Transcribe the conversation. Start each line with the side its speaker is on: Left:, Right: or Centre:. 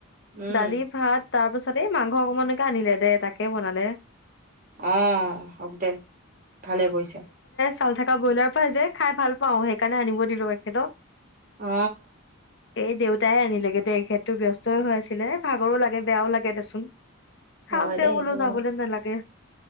Right: উম
Left: দালি ভাত তাৰপাছত? চবেই মাংখ। অ অকণমানকে আনিলে দে তাকে। কি বনালে।
Right: আ হওক দে ভালে কৰিছে?
Left: ছাল থকা ব্ৰইলাৰৰ পৰা যে খাই ভাল পাওঁ সেইকাৰণে আনিব দিলো এখেতক।
Right: অ
Left: এই দেউতাইে আনিলেগে দেই। তেখেতটো ব্যস্তই হৈ আছিলে? ভাগৰো লাগে বেয়াও লাগে দেচোন। থাওক
Right: হয়
Left: দেও
Right: দেই সেইটো
Left: বোলো যাবলৈ
Right: হয়
Left: নালাগে?